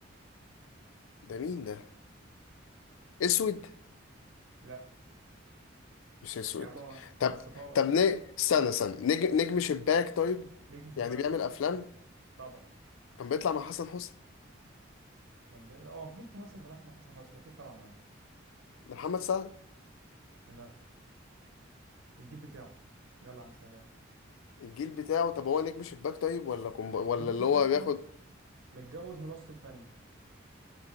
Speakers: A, on the left (about 80°); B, on the right (about 80°).
A: ده مين ده اسود
B: لا
A: مش اسود
B: يا عم
A: طب
B: أبسطها لك
A: طب ن... استنى استنى نجم نجم شباك طيب
B: نجم شباك
A: يعني بيعمل
B: طبعا
A: افلام
B: طبعا
A: كان بيطلع مع حسن حسني
B: كان بي... اه مفيش ممثل ما طلعش مع حسن حسني اكيد طلع معاه
A: ده محمد سعد
B: لا الجيل بتاعه يلا يا عم سهلها لي
A: الجيل بتاعه طب هو نجم شباك طيب ولا كومب... ولا
B: نجم
A: اللي
B: شباك
A: هو بياخد
B: اه متجوز من وسط الفني